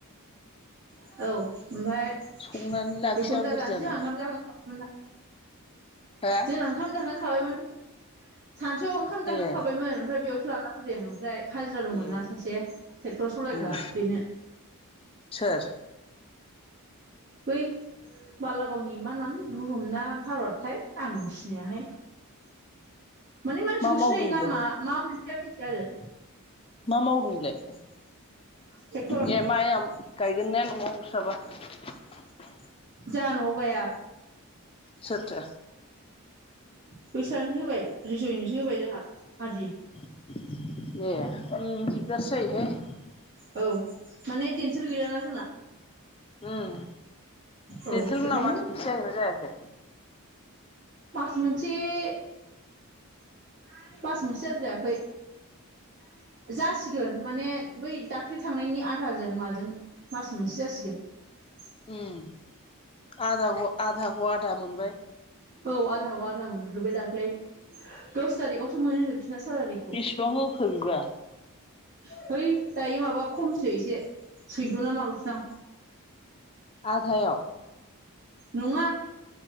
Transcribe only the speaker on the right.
<inaudible> बुंथिगिरिफोरनि जेबो
खोनानो
मोननाय
जायाखै
जोंना ओंखाम जाखांखाबायमोन सानसुआव ओंखाम जाखांखाबायमोन
ओमफ्राय बेयावसो <inaudible> बुंथिगिरिनि जेबो खोनानो मोननाय जायाखै हाजिरा दंमोन
नना सासे ट्रेक्टर सालायग्रा
बेनो
<inaudible> बुंथिगिरिफोरनि जेबो खोनानो मोननाय जायाखै <inaudible> बुंथिगिरिफोरनि जेबो खोनानो मोननाय जायाखै <inaudible> बुंथिगिरिफोरनि
जेबो
खोनानो मोननाय जायाखै
ट्रेक्टर
<inaudible> बुंथिगिरिनि जेबो खोनानो मोननाय जायाखै
<inaudible> बुंथिगिरिफोरनि जेबो खोनानो मोननाय जायाखै
<inaudible> बुंथिगिरिफोरनि जेबो खोनानो मोननाय जायाखै
औ बेखायनो
<inaudible> बुंथिगिरिफोरनि जेबो खोनानो मोननाय जायाखै <inaudible> बुंथिगिरिफोरनि जेबो खोनानो मोननाय जायाखै <inaudible> बुंथिगिरिनि जेबो खोनानो मोननाय जायाखै <inaudible> बुंथिगिरिफोरनि जेबो खोनानो मोननाय जायाखै
<inaudible> बुंथिगिरिफोरनि जेबो खोनानो मोननाय जायाखै
<unintelligible> हैय दायो माबा खमसो एसे सैद' नामा लसो दां
नंङा